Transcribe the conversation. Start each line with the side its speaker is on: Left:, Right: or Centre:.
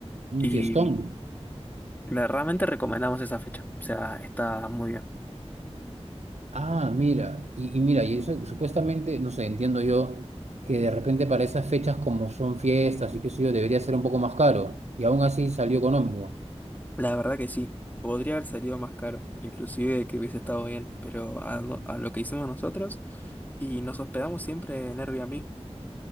Right: Un
Left: Y
Right: fiestón.
Left: la- realmente recomendamos esa fecha, o sea, está muy bien.
Right: Ah, mira, y, y mira, y eso supuestamente, no sé, entiendo yo que de repente para esas fechas como son fiestas y qué sé yo, debería ser un poco más caro y aún así salió económico.
Left: La verdad que sí, podría haber salido más caro, inclusive que hubiese estado bien, pero a, lo a lo que hicimos nosotros y nos hospedamos siempre en Airbnb,